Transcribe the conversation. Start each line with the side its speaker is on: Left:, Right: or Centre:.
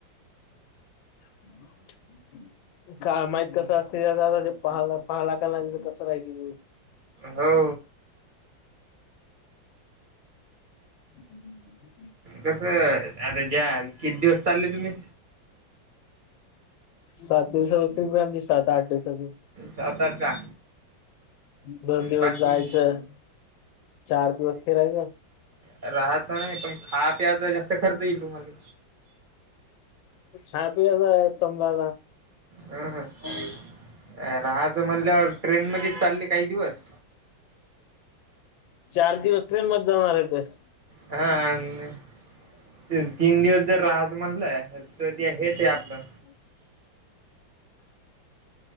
Left: ह का माहिित कसं असतेहाला पाहा का नाही कसं राहि
Right: हो
Left: हम्
Right: कसं आता ज्या किती दिवस चालले तुम्ही
Left: सात दिवसा होती म आमची सात आठ दिवसाची
Right: सात आठ का
Left: दोन दिवस
Right: बाकी
Left: जायचं चार दिवस ते राहिग
Right: राहायचं नाही पण खा प्यायचा जास्त खर्च येईल तुम्हाला
Left: हपी आहे संभा
Right: ह ह राहाच म्हणल्यावर ट्रेन मध्ये चालले काही दिवस
Left: चार दिवस ते मजाणार आहे ते
Right: हा आणि तीन दिवस जर राज म्हणलंय तर ते हेच आहे आपलं
Left: <inaudible>